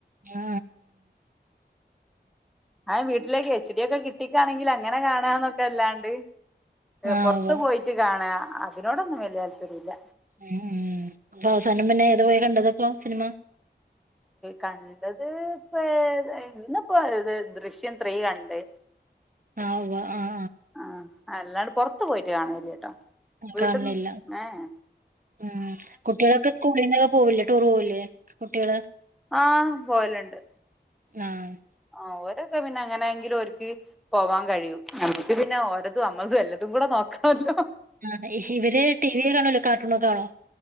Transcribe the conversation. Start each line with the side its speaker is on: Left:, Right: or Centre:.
Right: ആ
Centre: എന്നാലും വീട്ടിലേക്ക് എച് ഡി ഒക്കെ ടി വി ക്കാണെങ്കിൽ അങ്ങനെ കാണന്നൊക്കെ അല്ലാണ്ട്
Right: ആ ആ
Centre: പുറത്ത്
Right: ഉവ്വ
Centre: പോയിട്ട് കാണ അതിനോടൊന്നും വലിയ താല്പര്യല്ല
Right: ഉം ഉം അപ്പൊ അവസാനം പിന്നെ ഏത് പോയി കണ്ടത് അപ്പോ സിനിമ
Centre: കണ്ടത് ഇപ്പം ഇന്നിപ്പോ ഇത് ദൃശ്യം ത്രീ കണ്ട്
Right: ആഹ് ഉവ്വ് ആഹ്
Centre: ആ അല്ലാണ്ട് പൊറത്ത് പോയിട്ട് കാണലില്ല്യട്ടോ വീട്ട്ന്ന്
Right: കാണലില്ല
Centre: ഏഹ് ഏഹ്
Right: ഉം കുട്ട്യാളൊക്കെ സ്കൂളിൽന്നൊക്കെ പോവില്ലേ ടൂർ പോവില്ലേ കുട്ട്യാള്
Centre: ആഹ് പോവല്ണ്ട്
Right: ആഹ്
Centre: ആഹ് ഓരോക്ക പിന്നെ എങ്ങനെങ്കിലും ഓര്ക്ക് പോവാൻ കഴിയൂ നമുക്ക് പിന്നെ ഓരതും നമ്മൾതും എല്ലതും കൂടെ നോക്കണല്ലോ
Right: ആഹ് ഇവര് ടിവിയ കാണല്ലോ കാർട്ടൂണൊക്കെ കാണോ